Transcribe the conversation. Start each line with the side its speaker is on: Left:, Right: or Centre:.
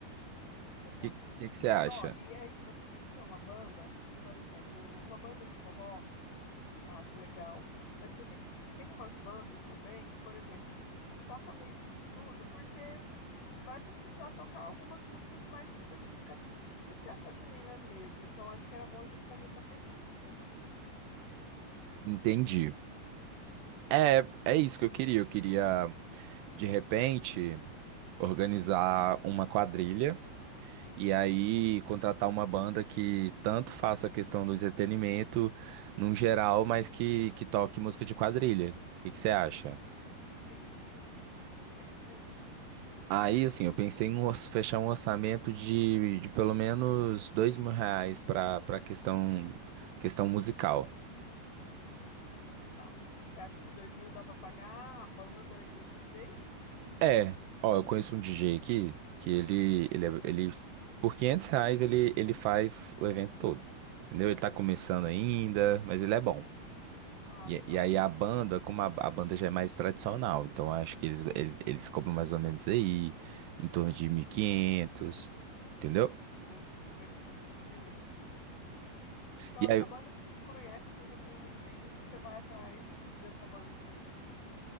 Left: Legal.
Right: que, que, que você acha?
Left: Ó, e aí, mas você tem que ver uma banda, por exemplo, uma banda de forró, acho legal, mas você tem que. Tem umas bandas também que, por exemplo, toca meio que de tudo, porque vai precisar tocar algumas músicas mais específicas de festa junina mesmo. Então, acho que era bom a gente fazer essa pesquisa.
Right: Entendi. É, é isso que eu queria. Eu queria, de repente, organizar uma quadrilha e aí contratar uma banda que tanto faça a questão do entretenimento num geral, mas que, que toque música de quadrilha. O que, que você acha?
Left: Sim, sim. É isso mesmo.
Right: Aí, assim, eu pensei em um orç- fechar um orçamento de, de pelo menos dois mil reais para para questão questão musical.
Left: Tá. Você acha que dois mil dá para pagar a banda e o DJ?
Right: É, ó, eu conheço um DJ aqui que ele ele, é- ele por 500 reais ele ele faz o evento todo, entendeu? Ele tá começando ainda, mas ele é bom.
Left: Ah,
Right: E,
Left: legal.
Right: e aí a banda, como a, a banda já é mais tradicional, então acho que eles, ele- eles cobram mais ou menos aí em torno de 1.500, entendeu?
Left: Be- beleza, beleza. Então,
Right: E
Left: essa
Right: aí,
Left: banda você conhece, você já tem uma em mente, você vai atrás dessa banda em específico.